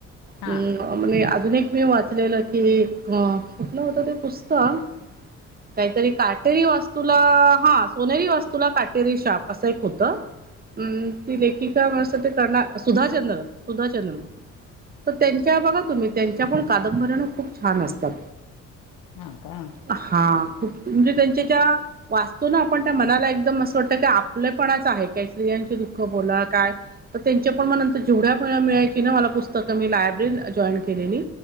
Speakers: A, on the left (about 80°); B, on the right (about 30°).
A: हा
B: हम्म म्हणे अजून एक मी वाचलेलं, की अह कुठलं होत ते पुस्तक काहीतरी काटेरी वास्तूला हा, सोनेरी वास्तूला काटेरी शाप असं एक होतं अम ती लेखिका म्हस ते करणार सुधाचंद्रन सुधाचंद्रन. तर त्यांच्या बघा तुम्ही, त्यांच्या पण कादंबऱ्या ना खूप छान असतात.
A: हा का
B: हा. प म्हणजे त्यांच्या ज्या वाचतो, ना आपण त्या मनाला एकदम असं वाटतं की आपलंपणाच आहे काहीतरी त्याचे दुःख बोला काय, तर त्याच्या पन म नंतर जेवढ्या वेळा मिळायची ना मला पूस्तकं त काय मी लायब्ररी जॉइन केलेली,